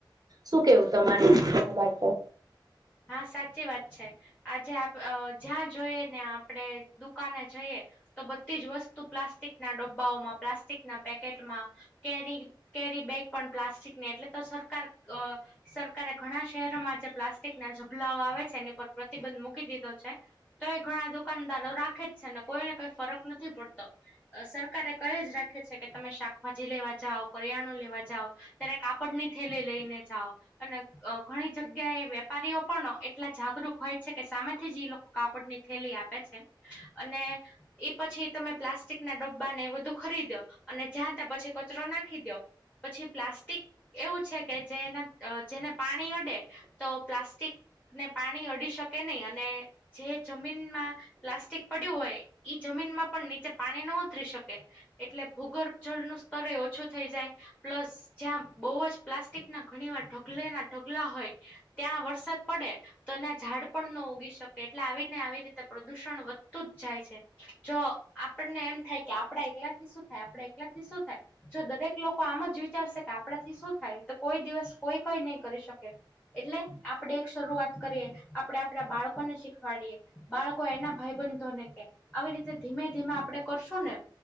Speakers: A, on the right; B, on the left.
A: શું કેવું તમારું આ વાત પર?
B: હા, સાચી વાત છે. આજે આપ જ્યાં જોઈએ ને આપણે દુકાને જઈએ. તો બધી જ વસ્તુ પ્લાસ્ટિક ના ડબ્બાઓમાં પ્લાસ્ટિકના... પેકેટમાં કેરી કેરી બેગ પણ પ્લાસ્ટિકની એટલે, તો સરકાર... સરકારે ઘણા શહેરોમાં જે પ્લાસ્ટિક ના ઝભલાઓ આવે છે. એની પર પ્રતિબંધ મૂકી દીધો છે. તો એ ઘણા દુકાનદારો રાખે જ છે, ને કોઈને કઈ ફરક નથી પડતો. સરકારે કંઈ જ રાખ્યું છે. કે તમે શાકભાજી લેવા જાવ, કરિયાણુ લેવા જાવ, ત્યારે કાપડ ની થેલી લઈને જાઓ. અને ઘણી જગ્યા એ વેપારીઓ પણ એટલા જાગૃત હોય છે, કે સામેથી જ ઈ લોકો કાપડ ની થેલી આપે છે. અને એ પછી તમે પ્લાસ્ટિક ના ડબ્બાને એ બધું ખરીદ્યો. અને જ્યા ત્યાં પછી કચરો નાખી દયો. પછી પ્લાસ્ટિક એવું છે, કે જેના અ જેને પાણી અડે તો પ્લાસ્ટિકને પાણી અડી શકે નહી. અને જે જમીનમાં પ્લાસ્ટિક પડ્યું હોય, એ જમીનમાં પણ નીચે પાણી ન ઉતરી શકે. એટલે ભૂગર્ભ જળનું સ્તર એ ઓછું થઈ જાય. પ્લસ, જ્યાં બહુ જ પ્લાસ્ટિક ના ઘણી વાર ઢગલે ના ઢગલા હોય. ત્યાં વરસાદ પડે તો ત્યાં ઝાડ પણ ન ઉગી શકે. એટલે આવી ને આવી રીતે પ્રદૂષણ વધતું જ જાય છે. જો, આપણને એમ થાય કે આપડા એકલા થી શું થાય? આપણા એકલાથી શું થાય? જો દરેક લોકો આમ જ વિચારશે કે, આપણાથી શું થાય? તો કોઈ દિવસ કોઈ કંઈ નહી કરી શકે. એટલે જ આપણેે એક શરૂઆત કરીએ. આપડે આપડા બાળકો ને શીખવાડીએ. બાળકો એના ભાઈબંધોને કે, આવી રીતે ધીમે ધીમે આપણે કરશું ને